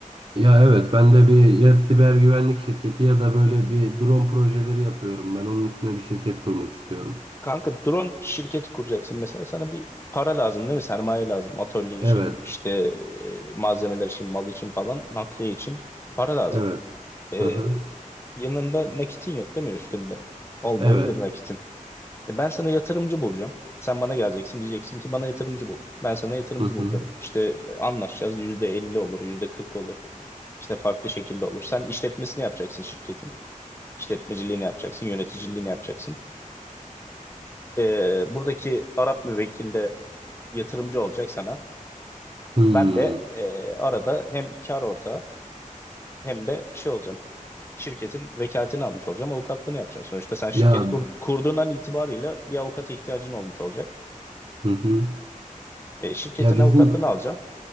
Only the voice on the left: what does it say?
Kanka drone şirketi kuracaksın mesela sana bir para lazım değil mi? Sermaye lazım. Atölye için,
işte e, malzemeler için, mal için falan, nakliye için para lazım.
E,
yanında nakitin yok değil mi üstünde? Olmayabilir
nakitin. E, ben sana yatırımcı bulacağım. Sen bana geleceksin diyeceksin ki bana yatırımcı bul. Ben sana yatırımcı
bulacağım. İşte e, anlaşacağız. yüzde elli olur, %40 olur. İşte farklı şekilde olur. Sen işletmesini yapacaksın şirketin. İşletmeciliğini yapacaksın, yöneticiliğini yapacaksın. E, buradaki Arap müvekkil de yatırımcı olacak sana.
Ben de e, arada hem kar ortağı hem de şey olacağım. Şirketin vekaletini almış olacağım. Avukatlığını yapacağım. Sonuçta sen şirket
kur- kurduğundan itibariyle bir avukata ihtiyacın olmuş olacak.
E, şirketin
avukatlığını alacağım.